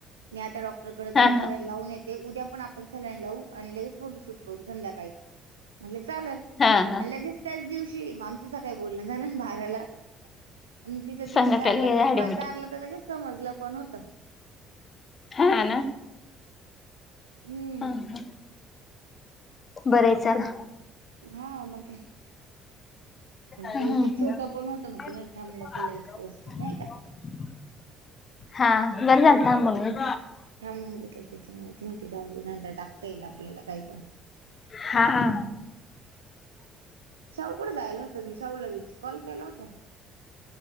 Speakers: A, on the right (about 75°); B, on the left (about 35°).
A: मी आता डॉक्टरकडे जाऊन
B: हा
A: सलाईन
B: हा
A: लावून येते. ते उद्या पण आपण सलाईन लावू आणि लगेच फोटोशूट करू संध्याकाळी म्हटले चालेल.
B: हा हा
A: आणि लगेच त्याच दिवशी आमचंच काय बोलणं झालं ना बााराला. आणि तिचं तीन
B: संध्याकाळला
A: चारला
B: गेले
A: तर
B: ऍडमिट
A: पा चारला तर लगेच समजलं पण होतं.
B: हा ना
A: हम्म
B: ह बरं चला.
A: हा मग काय?
B: चला
A: ते छोट पण होत मग त म थांब नको लगच पोहोचत नाही का?
B: हा बरं झालं थांबणूनेत
A: थांबून घेतलं त्याच्यामुळे ती म्हटली जाऊदे नंतर टाकता येईल आपल्याला काही पण
B: हा.
A: शाऊकड जायला होतं मी शाहूला कॉल केला होता.